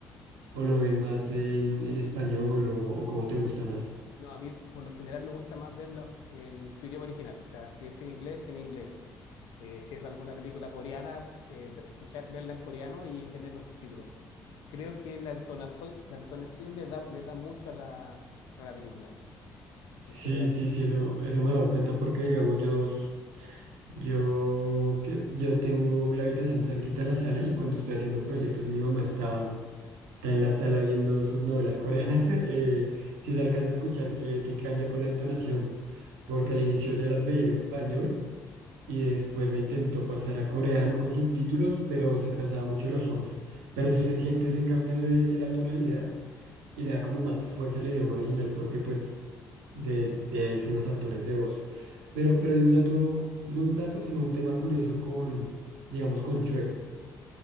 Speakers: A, on the right; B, on the left.
A: o lo ves más en, en español o, o cómo te gusta más?
B: No, a mí por lo general me gusta más verlos en su idioma original, o sea, si es en inglés, en inglés. Eh, si es alguna película coreana, eh, escuchar, verla en coreano y tener los subtítulos. Creo que la entonación, la entonación le da, le da mucho a la, a la película
A: Sí,
B: en general.
A: sí, sí, eso, eso me he dado cuenta porque, digamos, yo, s- yo, que, yo tengo la habitación cerquita a la sala y cuando estoy haciendo proyectos y mi mamá está está en la sala viendo sus novelas coreanas, <laughs> eh, si se alcanza a escuchar que, que cambia con la entonación, porque al inicio ya las veía en español y después la intentó pasar a coreano con subtítulos, pero se cansaba mucho de los ojos. Pero sí se siente ese cambio de, de la tonalidad y le da como más fuerza al idioma original, porque pues de, de ahí son los actores de voz. Pero, pero hay un dato, no un dato, sino un tema curioso con, digamos, con Chuek.